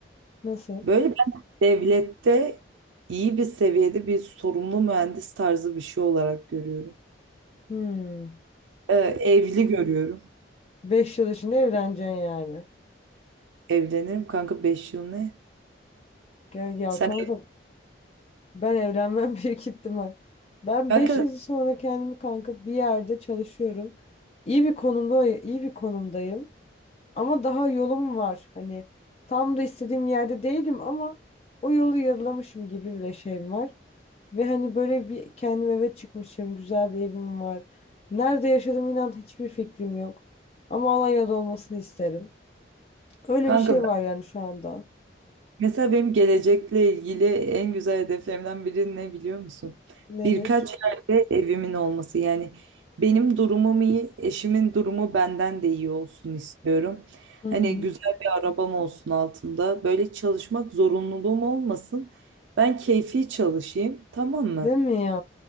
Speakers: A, on the left; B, on the right.
A: Nasıl?
B: Böyle ben devlette iyi bir seviyede bir sorumlu mühendis tarzı bir şey olarak görüyorum.
A: Hmm.
B: Ee, evli görüyorum.
A: 5 yıl içinde evleneceksin yani.
B: Evlenirim kanka 5 yıl ne?
A: Gel ya
B: Sen
A: kanka Ben evlenmem <laughs> büyük ihtimal. Ben
B: kanka
A: 5 yıl sonra kendimi kanka bir yerde çalışıyorum. İyi bir konumda, iyi bir konumdayım. Ama daha yolum var. Hani tam da istediğim yerde değilim ama o yolu yarılamışım gibi bir şeyim var. Ve hani böyle bir kendim eve çıkmışım. Güzel bir evim var. Nerede yaşadığım inan hiçbir fikrim yok. Ama Alanya'da olmasını isterim. Öyle
B: kanka
A: bir şey var yani şu anda.
B: Mesela benim gelecekle ilgili en güzel hedeflerimden biri ne biliyor musun?
A: Nedir?
B: Birkaç yerde evimin olması. Yani benim durumum iyi, eşimin durumu benden de iyi olsun istiyorum.
A: Hı hı.
B: Hani güzel bir arabam olsun altında. Böyle çalışmak zorunluluğum olmasın. Ben keyfi çalışayım, tamam mı?
A: Değil mi ya?